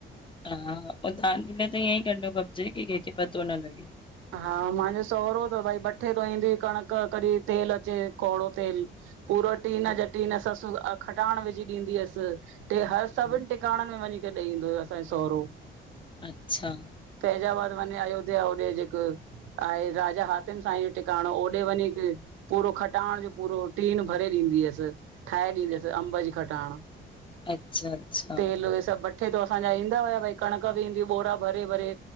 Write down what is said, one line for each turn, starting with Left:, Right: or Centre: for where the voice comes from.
Left: हा दान पुण्य त ईअं ई करणो खपजे की कंहिंखे पतो न लॻे।
Right: हा माहंजो सहुरो त भई भठे तो ईंदी कणिक कॾहिं तेल अचे कोड़ो तेल। पूरो टीन
Left: हम्म,
Right: जा टीन ससु अ खटाण विझी ॾींदी असि ते हर सभिनि
Left: हम्म,
Right: टिकाणनि में वञी ॼडई ईंदो हुयो असांयो सहुरो।
Left: अच्छा
Right: तैजााबाद वने अयोध्या होॾे जे क आहे राजा हाातिम साईं जो टिकाणो ओॾे वञई ती। पूरो खटाण जो पूरो टीन भरे ॾींदी हुअस। ठाहे ॾींदसि
Left: अ-
Right: अम्ब जी खटाण
Left: अच्छा अच्छा
Right: तेल वॻे सभु वठी उते थो असांजा ईंदा हुया भई कणक बि ईंदी बोरा भरे भरे